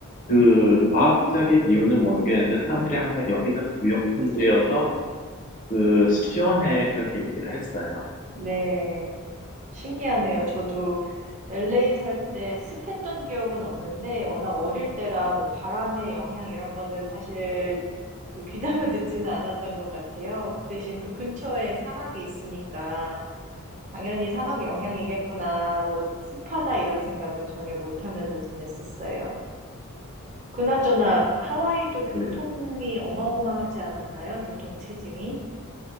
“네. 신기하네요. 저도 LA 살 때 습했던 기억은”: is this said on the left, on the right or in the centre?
Right